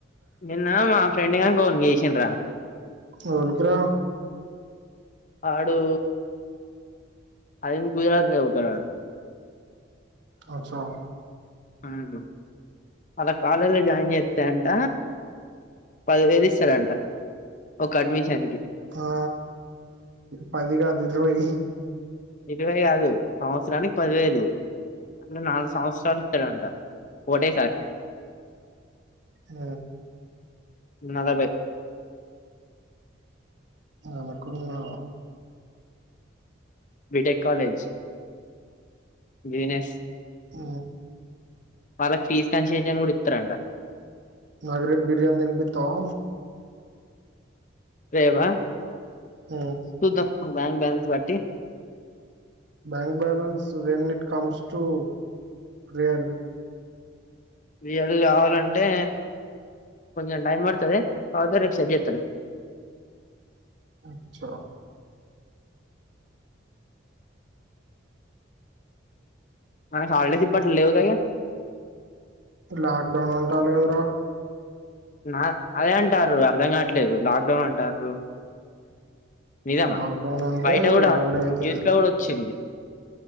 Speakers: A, on the left (about 40°); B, on the right (about 65°).
A: నిన్నా మా ఫ్రెండ్గాన్ ఫోన్కి చేసింన్రా
B: ఎవనికి రా
A: ఆడు అది గుజరాత్ల చదుతడు ఆడు
B: అచ్చా
A: మ్ అల్ల కాలేజ్ల జాయిన్ చేస్తే అంట పదివేలు ఇస్తారంట ఒక అడ్మిషన్కి
B: ఆ పదిగాదు ఇరవై
A: ఇరవై కాదు సంవత్సరానికి పదివేలు అంటే నాలుగు సంవత్సరాలు ఇస్తాడంట ఒకటేసారి
B: ఆ
A: నలభై
B: అనకున్నా
A: బీటెక్ కాలేజ్ బిజినెస్
B: ఆ
A: వాళ్ళ ఫీజ్ కన్సలేషన్ గుడా ఇత్తరంట.
B: నాక్ రేప్ బిర్యాని తిన్పిత్తవా
A: రేపా
B: ఆ
A: చూద్దాం బ్యాంక్ బ్యాలెన్స్ బట్టి
B: bank balance when it comes to real
A: real కావాలంటే కొంచం టైం పడ్తది కాకపోతే రేప్ సెట్ చేస్తాలె
B: అచ్చ
A: మనక్ హాల్డేస్ ఇప్పట్ల లేవు కదా
B: లాక్ డౌన్ అంటాన్లు కదరా
A: నా అదే అంటారు అర్ధం కావట్లేదు లాక్డౌన్ అంటాన్రూ నిజమా
B: లాక్డౌన్ అంటే
A: బయట గుడా
B: హాలిడే అవుతుంది
A: న్యూస్లో గుడా వచ్చింది.